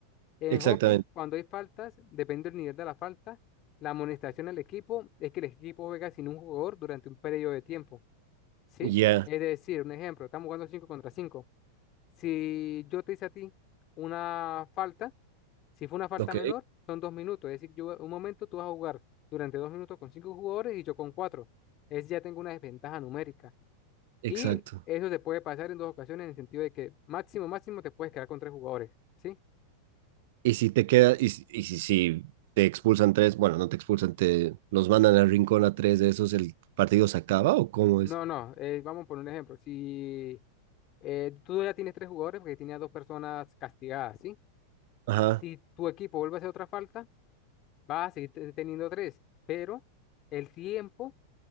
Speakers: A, on the left; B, on the right.
A: En
B: exactamente.
A: hockey, cuando hay faltas, depende del nivel de la falta, la amonestación al equipo es que el equipo juega sin un jugador durante un periodo de tiempo, ¿sí?
B: Ya,
A: Es decir, un ejemplo, estamos jugando cinco contra cinco Si yo te hice a ti una falta, si fue una falta
B: ok,
A: menor, son dos minutos. Es decir, yo un momento tú vas a jugar durante dos minutos con cinco jugadores y yo con cuatro. Es ya tengo una desventaja numérica.
B: exacto.
A: Y eso se puede pasar en dos ocasiones en el sentido de que máximo, máximo te puedes quedar con tres jugadores, ¿sí?
B: Y si te queda, y, si, y si- si te expulsan tres, bueno, no te expulsan, te los mandan al rincón a tres de esos, ¿el partido se acaba o cómo
A: No,
B: es?
A: no, eh, vamos por un ejemplo. Si eh, tú ya tienes tres jugadores porque tenía dos personas castigadas, ¿sí?
B: Ajá,
A: Si tu equipo vuelve a hacer otra falta, vas a seguir te- teniendo tres, pero el tiempo